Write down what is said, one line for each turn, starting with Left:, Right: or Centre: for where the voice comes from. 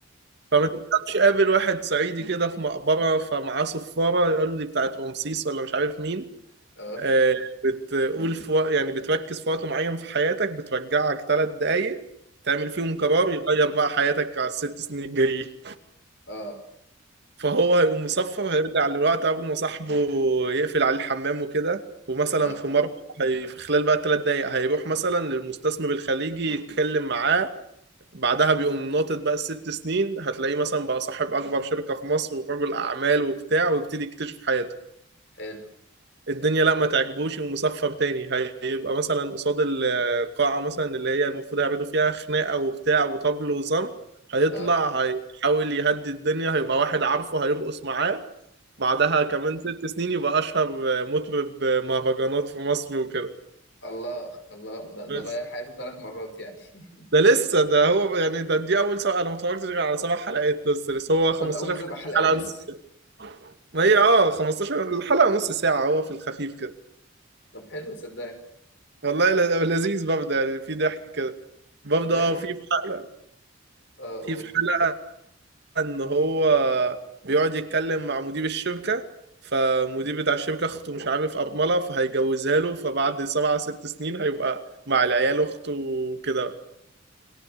Right: فما تفهمش قابل واحد صعيدي كده في مقبرة فمعاه صفارة يقول لي بتاعت رمسيس ولا مش عارف مين
Left: <laughs> اه
Right: آه، بتقول في وق... يعني بتركز في وقت معين في حياتك بترجعك ثلاث دقايق تعمل فيهم قرار يغير بقى حياتك على الست سنين الجايين
Left: اه
Right: فهو هيقوم مصفر هيرجع للوقت قبل ما صاحبه يقفل عليه الحمام وكده ومثلا
Left: اه
Right: في مرة هي... في خلال بقى الثلاث دقايق هيروح مثلا للمستثمر الخليجي يتكلم معاه بعدها بيقوم ناطط بقى الست سنين هتلاقيه مثلا بقى صاحب أكبر شركة في مصر ورجل أعمال وبتاع ويبتدي يكتشف حياته
Left: حلو
Right: الدنيا لا ما تعجبوش ومصفى تاني هيبقى مثلا قصاد القاعة مثلا اللي هي المفروض هيعملوا فيها خناقة وبتاع وطبل وزم هيطلع
Left: اه
Right: هيحاول يهدي الدنيا هيبقى واحد عارفه هيرقص معاه بعدها كمان ست سنين يبقى أشهر مطرب مهرجانات في مصر وكده
Left: الله الله ده, ده
Right: بس
Left: غير حياته ثلاث مرات يعني <laughs>
Right: ده لسه ده هو يعني ده دي أول سبعة أنا ما اتفرجتش غير على سبع حلقات بس بس هو
Left: دول
Right: 15
Left: اول سبع حلقات
Right: حلقة
Left: بس
Right: نص ساعة ما هي اه 15 الحلقة نص ساعة هو في الخفيف كده
Left: طب حلو صدقني
Right: والله ل- لذيذ برضه يعني في ضحك كده برضه
Left: صدقني
Right: اه في في حلقة
Left: اه قول
Right: في في حلقة ان هو بيقعد يتكلم مع مدير الشركة فمدير بتاع الشركة اخته مش عارف ارملة فهيجوزها له فبعد سبع ست سنين هيبقى مع العيال اخته وكده